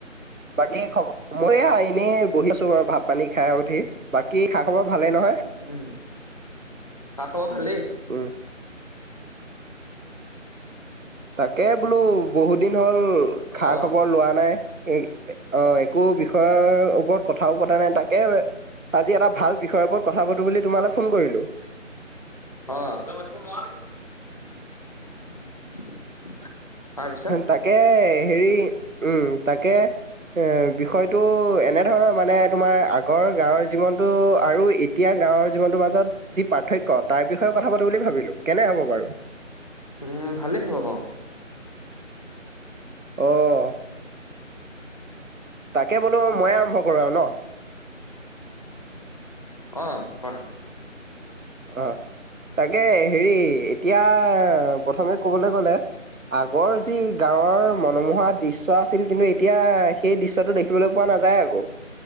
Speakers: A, on the right; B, on the left.
A: বাকী খব, মই এইয়া এনেই বহিছো বাৰু ভাত পানী খাই উঠি, বাকী খা খবৰ ভালেই নহয়
B: উম, খা খাবৰ ভালেই।
A: উম তাকে বোলো বহুত দিন হ'ল,
B: অ
A: খা খবৰ লোৱা নাই <unintelligible> অ', একো বিষয়ৰ ওপৰত কথাও পতা নাই তাকে, আজি এটা ভাল বিষয়ৰ ওপৰত কথা পাতো বুলি তোমালে ফোন কৰিলোঁ।
B: অ' <unintelligible> তাৰপিছত
A: তাকে হেৰি, উম তাকে। এ বিষয়টো এনে ধৰণৰ মানে তোমাৰ আগৰ গাঁৱৰ জীৱনটো আৰু এতিয়াৰ গাঁৱৰ জীৱনটোৰ মাজত যি পাৰ্থক্য তাৰ বিষয়ে কথা পাতো বুলি ভাবিলোঁ, কেনে হ'ব বাৰু?
B: উম, ভালে হ'ব বাউ।
A: অ', তাকে বোলো মই আৰম্ভ কৰোঁ আৰু ন'।
B: অ', কোৱা।
A: অ', তাকে হেৰি এতিয়া, প্ৰথমে ক'বলে গ'লে আগৰ যি গাঁৱৰ মনোমোহা দৃশ্য আছিল কিন্তু এতিয়া সেই দৃশ্যটো দেখিবলৈ পোৱা নাযায় আকৌ,